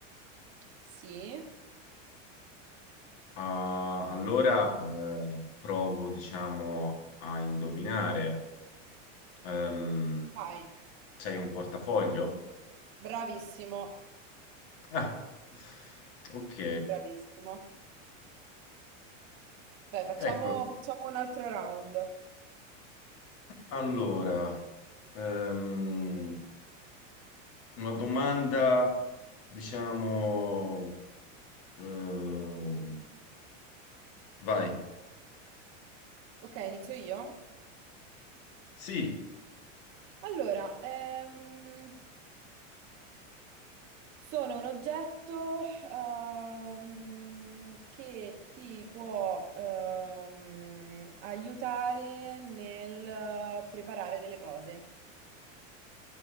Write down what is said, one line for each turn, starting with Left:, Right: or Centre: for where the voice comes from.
Right: Sì?
Left: ah, allora eh, provo, diciamo, a indovinare. Ehm,
Right: Vai.
Left: sei un portafoglio?
Right: Bravissimo,
Left: Ah, ok.
Right: bravissimo. Beh, facciamo,
Left: Ecco,
Right: facciamo un altro round.
Left: allora, ehm, una domanda, diciamo, ehm, vai.
Right: Ok, inizio io.
Left: Sì,
Right: Allora, ehm, sono un oggetto ehm, che ti può ehm, aiutare nel preparare delle cose.